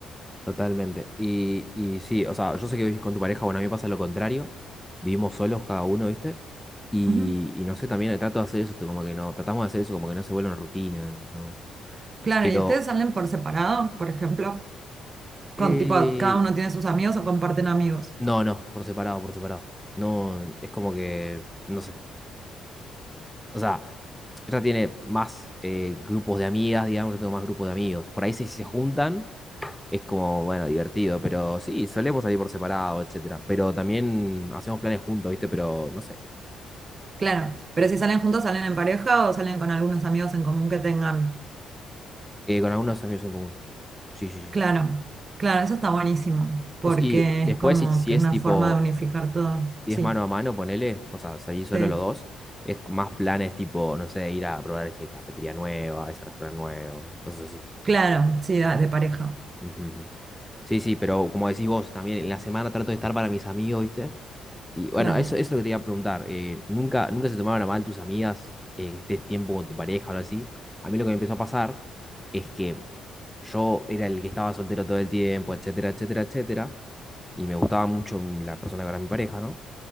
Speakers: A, in the centre; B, on the right.
A: totalmente. Y, y sí, o sea, yo sé que vivís con tu pareja, bueno, a mí me pasa lo contrario. Vivimos solos cada uno, ¿viste? Y,
B: Ujú.
A: y no sé, también trato de hacer eso, como que no, tratamos de hacer eso como que no se vuelva una rutina, ¿no?
B: Claro,
A: Pero,
B: ¿y ustedes salen por separado, por ejemplo? Con,
A: eh,
B: tipo, cada uno tiene sus amigos o comparten amigos.
A: no, no, por separado, por separado. No, es como que, no sé. O sea, ella tiene más eh, grupos de amigas, digamos, yo tengo más grupos de amigos. Por ahí si, si se juntan, es como, bueno, divertido, pero sí, solemos salir por separado, etcétera. Pero también hacemos planes juntos, ¿viste? Pero no sé,
B: Claro, pero si salen juntos, salen en pareja o salen con algunos amigos en común que tengan.
A: eh, con algunos amigos en común. Sí, sí,
B: Claro,
A: sí.
B: claro, eso está buenísimo, porque
A: O sea, y después
B: es como
A: si, si
B: que
A: es
B: una
A: tipo,
B: forma de unificar todo.
A: si
B: Sí,
A: es mano a mano, ponele, o sea, salir solo
B: sí,
A: los dos, es más planes tipo, no sé, ir a probar esa cafetería nueva, ese restaurante nuevo, cosas así.
B: claro, sí, da- de pareja.
A: Ujú, ujú. Sí, sí, pero como decís vos, también en la semana trato de estar para mis amigos, ¿viste? Y bueno,
B: Claro,
A: eso, eso es lo que te iba a preguntar. eh, ¿nunca, nunca se tomaban a mal tus amigas eh, que estés tiempo con tu pareja o algo así? A mí lo que me empezó a pasar es que yo era el que estaba soltero todo el tiempo, etcétera, etcétera, etcétera, y me gustaba mucho mi- la persona que era mi pareja, ¿no?